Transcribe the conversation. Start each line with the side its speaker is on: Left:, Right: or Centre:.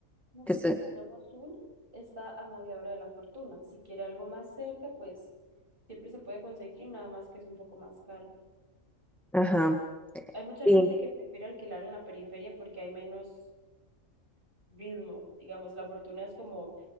Right: Nosotros
Centre: que usted.
Right: tenemos uno, está a media hora de la fortuna. Si quiere algo más cerca, pues siempre se puede conseguir, nada más que es un poco más caro.
Centre: Ajá.
Right: Hay mucha
Centre: Sí.
Right: gente que prefiere alquilar en la periferia porque hay menos ritmo, digamos, la fortuna es como